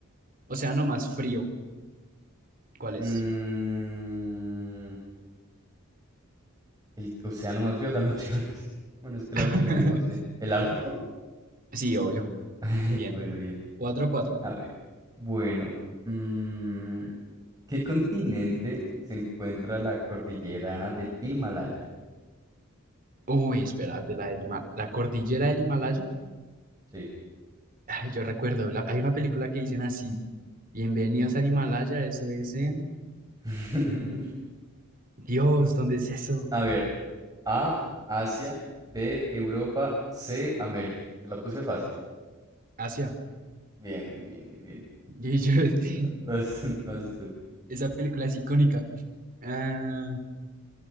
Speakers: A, on the right; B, on the right.
A: océano más frío. ¿Cuál
B: Mm,
A: es?
B: el océano más frío, dame opciones. <laughs> Bueno, es que las
A: <laughs>
B: opciones no sé. ¿El Ártico?
A: Sí, obvio.
B: <laughs> Ay,
A: Bien.
B: bueno, bien.
A: Cuatro, cuatro.
B: A ver. Bueno, mm, ¿qué continente se encuentra la cordillera del Himalaya?
A: Uy, espérate, la del Hima- la cordillera del Himalaya.
B: Sí.
A: Ay, yo recuerdo, la- hay una película que dicen así, Bienvenidos al Himalaya, eso es en...
B: <laughs>
A: Dios, ¿dónde es eso?
B: A ver. A, Asia. B, Europa. C, América. Te la puse fácil.
A: Asia.
B: Bien, muy bien, muy bien.
A: Y yo- <laughs>
B: <laughs> Vas, vas tú.
A: esa película es icónica. Ah,